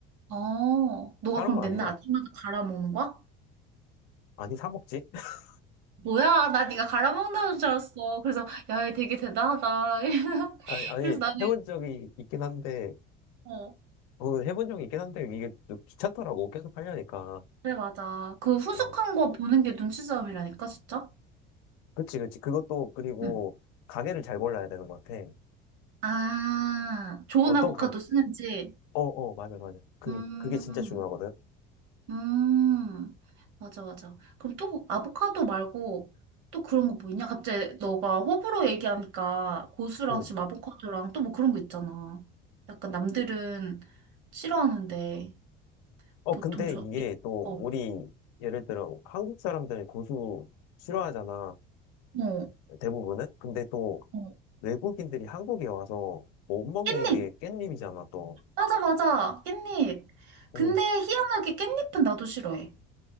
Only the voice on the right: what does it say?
어, 너가
그럼
맨날
아침마다 갈아 먹는 거야?
뭐야, 나 네가 갈아 먹는다는 줄 알았어. 그래서 야, 얘 되게 대단하다. <laughs>
그래서 나는
어, 어.
그래 맞아. 그 후숙한
거 보는 게 눈치 싸움이라니까 진짜.
응.
아, 좋은
아보카도
쓰는지.
음,
음, 맞아, 맞아. 그럼 또 아보카도 말고 또 그런 거 뭐 있냐? 갑자기 너가 호불호 얘기하니까 고수랑
지금 아보카도랑 또 뭐 그런 거 있잖아. 약간 남들은 싫어하는데
보통
좋아.
어,
어,
어.
깻잎.
맞아, 맞아. 깻잎. 근데
희한하게 깻잎은 나도 싫어해.